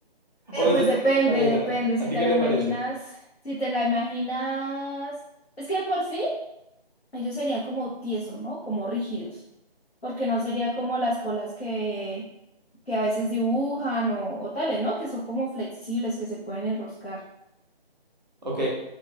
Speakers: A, on the left (about 80°); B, in the centre.
A: Eh,
B: O no
A: pues
B: sé, ¿a
A: depende,
B: ti ¿qué te parece?
A: depende, si
B: ¿A ti
A: te
B: qué
A: la
B: te
A: imaginas,
B: parece?
A: si te la imaginas. Es que de por sí Ellos serían como tiesos, ¿no? Como rígidos, porque no sería como las colas que, que a veces dibujan o, o tales, ¿no? Que son como flexibles, que se pueden enroscar.
B: Ok,